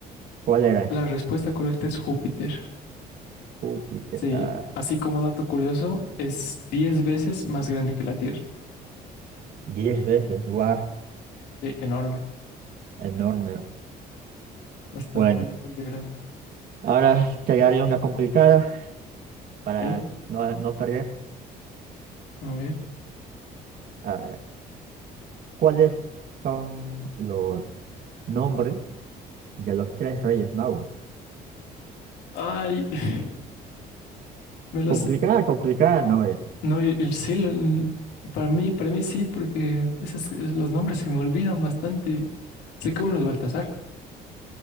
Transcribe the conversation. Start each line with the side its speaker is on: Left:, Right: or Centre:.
Right: ¿Cuál era?
Left: La respuesta correcta es Júpiter.
Right: Júpiter.
Left: Sí,
Right: Ah,
Left: así como dato curioso, es 10 veces más grande que la Tierra.
Right: diez veces, guau,
Left: Sí, enorme.
Right: enorme.
Left: Bastante,
Right: Bueno,
Left: bastante grande.
Right: ahora te daré una complicada para
Left: ¿Eh?
Right: no, no perder.
Left: A ver.
Right: A ver, ¿cuáles son los nombres de los tres reyes magos?
Left: Ay, <laughs> me los...
Right: Complicada, complicada no es.
Left: No, y- y sí, lo- para mí, para mí sí, porque esos, los nombres se me olvidan bastante. Sé que uno es Baltasar,